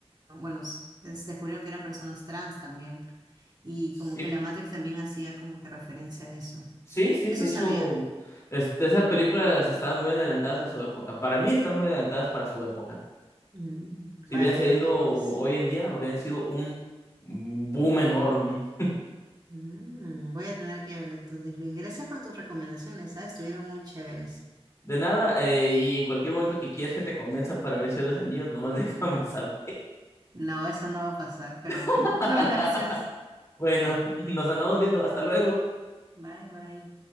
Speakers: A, on the right; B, on the left.
A: bueno, s- es- descubrieron que eran personas trans también. Y como
B: Y
A: que la Matrix también hacía como que referencia a eso.
B: Sí, sí,
A: Eso
B: de hecho,
A: sabía.
B: es- esas películas estaban muy adelantadas a su época. Para mí están muy adelantadas para su época.
A: Mm,
B: Si
A: Vale,
B: hubieran sido
A: vale, Luis.
B: hoy en día, hubieran sido un boom enorme.
A: Mm, voy a tener que verle entonces, Luis. Gracias por tus recomendaciones, ¿sabes? Estuvieron muy chéveres.
B: De nada, eh, y en cualquier momento que quieras que te convenza para ver Señor de los Anillos, nomás déjame saber.
A: No, eso no va a pasar, pero bueno,
B: <laughs>
A: <laughs> gracias.
B: Bueno, nos andamos viendo. Hasta luego.
A: Bye, bye.